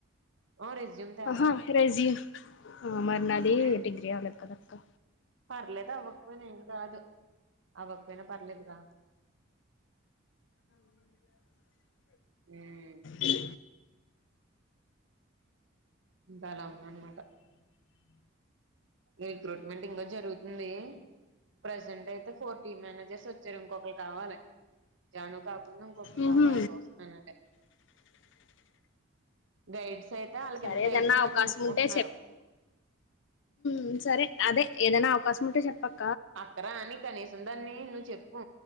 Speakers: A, on the right; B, on the left.
A: ఓ రెజ్యూమ్ తేవాలి
B: ఆహా రెజ్యూమ్ మరి నాది
A: ఉమ్
B: డిగ్రీ అవలేదు కదా క్కా
A: పర్లేదు అవ్వకపోయినా ఏం కాదు. అవ్వకపోయినా పర్లేదు రా. ఉమ్
B: ఇ ఉ
A: బాల ఉందన్మాట. రిక్రూట్మెంట్ ఇంగా జరుగుతుంది. ప్రజెంట్ అయితే ఫోర్ టీం మ్యానేజర్స్ వచ్చారు. ఇంకొకలు కావాలె. చాను కాక్ పన్నమికొకటి
B: ఉహు
A: కావాలి చూస్తున్నానంతె. గైడ్స్ తేట అల్లకింద
B: సరే
A: గైడ్స్
B: ఏదన్నా
A: ని
B: అవకాశం
A: ఆళ్ళు చూస్కొట్నరు.
B: ఉంటే మ్మ్ సరే అదె ఏదైనా అవకాశం ఉంటే చెప్పక్
A: అక్కరా అన్ని కనీసం దాన్ని నువ్ చెప్ పు